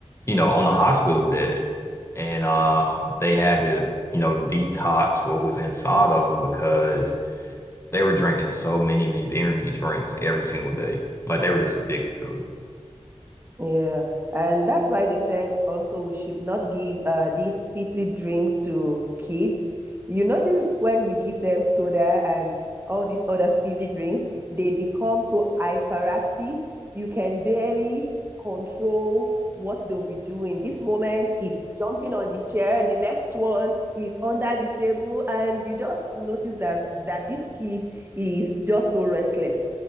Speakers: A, on the left (about 25°); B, on the right (about 20°).
A: you know, on a hospital bed, and um, they had to, you know, detox what was inside of them because they were drinking so many of these energy drinks every single day. Like they were just addicted to it.
B: Yeah, and that's why they said also we should not give uh, these fizzy drinks to kids. You notice when you give them soda and all these other fizzy drinks, they become so hyperactive. You can barely control what they'll be doing. This moment is jumping on the chair, the next one is under the table, and you just notice that that this kid is just so restless.